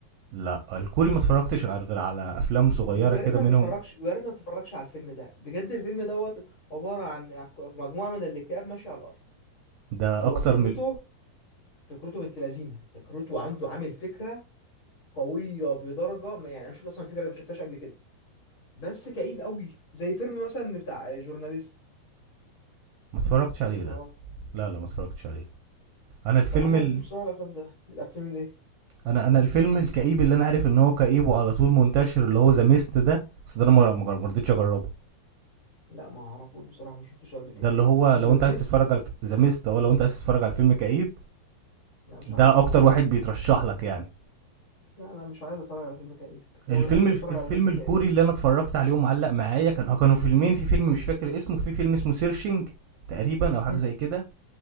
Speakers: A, on the right; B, on the left.
A: لا الكوري ما اتفرجتش غير غير على افلام صغيرة
B: ويا
A: كده
B: ريت ما
A: منهم
B: تتفرجش ويا ريت ما تتفرجش على الفيلم ده بجد الفيلم دوت عبارة عن عن مجموعة من الاكتئاب ماشية على الأرض
A: ده
B: هو
A: اكتر
B: فكرته
A: من
B: فكرته بنت لذينه فكرته عنده عامل فكرة قويه بدرجه ما- يعني انا شفت اصلا فكره ما شفتهاش قبل كده بس كئيب قوي زي فيلم مثلا بتاع جورناليست
A: ما اتفرجتش عليه
B: لو تعرف
A: ده لا لا ما اتفرجتش عليه انا الفيلم
B: فانا
A: ال...
B: ما بحبش بصراحه الافلام ده الافلام اللي ايه
A: انا انا الفيلم الكئيب اللي انا عارف ان هو كئيب وعلى طول منتشر اللي هو ذا ميست ده بس ده انا ما ما- ما رضيتش اجربه
B: لا ما اعرفوش بصراحه ما شفتوش قبل كده
A: ده اللي هو
B: اسمه
A: لو
B: ذا
A: انت
B: ميست
A: عايز تتفرج على ذا ميست او لو انت عايز تتفرج على فيلم كئيب
B: لا مش
A: ده
B: عايز
A: اكتر واحد بيترشح لك يعني
B: لا لا مش عايز اتفرج على فيلم كئيب
A: الفيلم
B: وما بحبش
A: الفيلم
B: اتفرج على فيلم
A: الكوري
B: كئيب
A: اللي انا اتفرجت عليه ومعلق معايا كان آه، كانوا فيلمين في فيلم مش فاكر اسمه في فيلم اسمه سيرشنج تقريبا او حاجه
B: هم،
A: زي كده